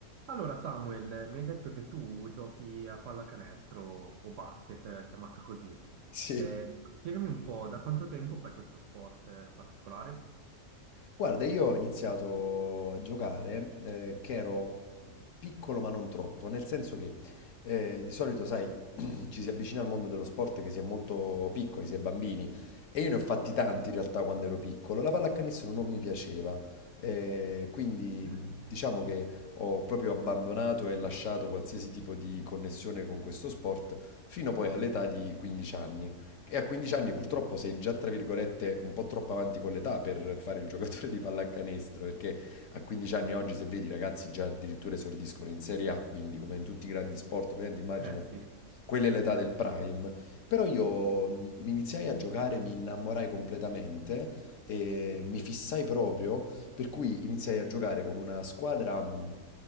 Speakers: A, on the right; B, on the left.
A: Allora, Samuel, mi hai detto che tu giochi a pallacanestro o basket, eh, chiamato così.
B: Sì,
A: Eh, spiegami un po', da quanto tempo fai questo sport eh, particolare?
B: guarda, io ho iniziato a giocare eh, che ero piccolo ma non troppo, nel senso che eh, di solito, sai, <clears throat> ci si avvicina al mondo dello sport che si è molto piccoli, si è bambini, e io ne ho fatti tanti in realtà quando ero piccolo. La pallacanestro non mi piaceva, eh, quindi
A: Mm,
B: diciamo che ho proprio abbandonato e lasciato qualsiasi tipo di connessione con questo sport fino poi all'età di 15 anni. E a 15 anni purtroppo sei già, tra virgolette, un po' troppo avanti con l'età per fare il giocatore di pallacanestro, perché a 15 anni oggi, se vedi, i ragazzi già addirittura esordiscono in Serie A, quindi come in tutti i grandi sport, ovviamente immagina,
A: Eh sì.
B: quella è l'età del prime. Però io mh, mi iniziai a giocare, mi innamorai completamente e mi fissai proprio, per cui iniziai a giocare con una squadra, mh,